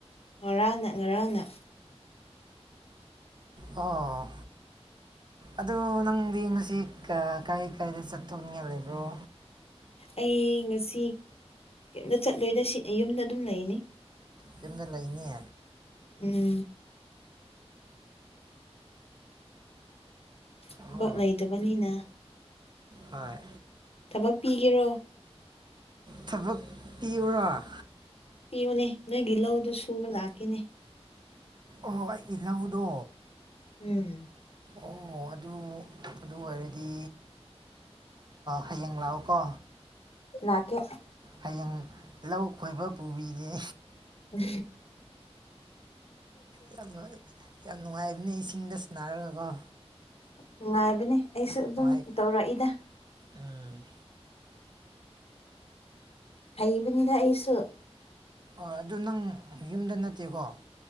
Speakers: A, on the left; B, on the right.
A: ꯉꯔꯥꯡꯅ ꯉꯔꯥꯡꯅ
B: ꯑꯥ ꯑꯗ ꯅꯪꯗꯤ ꯉꯁꯤ ꯀꯥꯏ ꯀꯥꯏꯗ ꯆꯠꯊꯣꯛꯅꯤꯡꯉ ꯂꯩꯕ꯭ꯔꯣ
A: ꯑꯩ ꯉꯁꯤ ꯀꯩꯝꯇ ꯆꯠꯂꯣꯏꯗ ꯁꯤ ꯌꯨꯝꯗ ꯑꯗꯨꯝ ꯂꯩꯅꯤ
B: ꯑꯗꯨꯨꯝꯗ ꯂꯩꯅꯤ
A: ꯎꯝ ꯊꯕꯛ
B: ꯑꯣ
A: ꯂꯩꯗꯕꯅꯤꯅ
B: ꯍꯣꯏ
A: ꯊꯕꯛ ꯄꯤꯒꯦꯔꯣ
B: ꯊꯕꯛ ꯄꯤꯕꯨꯔꯥ
A: ꯄꯤꯌꯨꯅꯦ ꯅꯣꯏꯒꯤ ꯂꯧꯗꯨ ꯁꯨꯕ ꯂꯥꯛꯈꯤꯅꯦ
B: ꯑꯣ ꯑꯩ ꯏꯜꯍꯧꯗꯣ
A: ꯎꯝ
B: ꯑꯣ ꯑꯗꯨ ꯑꯗꯨ ꯑꯣꯏꯔꯗꯤ ꯍꯌꯦꯡ ꯂꯥꯛꯑꯣꯀꯣ
A: ꯂꯥꯛꯀꯦ
B: ꯍꯌꯦꯡ ꯂꯧ ꯈꯣꯏꯕ ꯄꯨꯕꯤꯒꯦ
A: ꯎ
B: ꯌꯥꯝ ꯌꯥꯝ ꯅꯨꯡꯉꯥꯏꯕꯅꯦ ꯏꯁꯤꯡꯗ ꯁꯟꯅꯔꯒꯀꯣ
A: ꯅꯨꯡꯉꯥꯏꯕꯅꯦ ꯑꯩꯁꯨ ꯑꯗꯨꯝ
B: ꯅꯨꯡꯉꯥꯏ
A: ꯇꯧꯔꯛꯏꯗ
B: ꯎꯝ
A: ꯍꯩꯕꯅꯤꯅ ꯑꯩꯁꯨ
B: ꯍꯣꯏ ꯑꯗꯨ ꯅꯪ ꯌꯨꯝꯗ ꯅꯠꯇꯦꯀꯣ